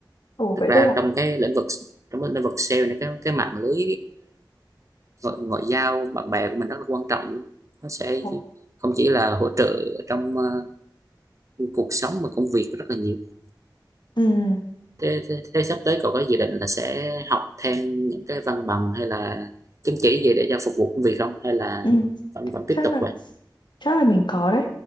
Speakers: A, on the left; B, on the right.
A: Ồ,
B: thực
A: vậy
B: ra
A: tức là
B: trong cái lĩnh vực trong cái lĩnh vực sale này cái cái mạng lưới ngoại, ngoại giao bạn bè của mình rất là quan trọng luôn nó sẽ
A: Ồ.
B: không chỉ là hỗ trợ trong ờ, cuộc sống mà công việc rất là nhiều
A: Ừ.
B: thế, thế, thế sắp tới cậu có dự định là sẽ học thêm những cái văn bằng hay là chứng chỉ gì để cho phục vụ công việc không hay là
A: Ừ.
B: vẫn vẫn tiếp
A: chắc
B: tục
A: là
B: vậy
A: chắc là mình có đấy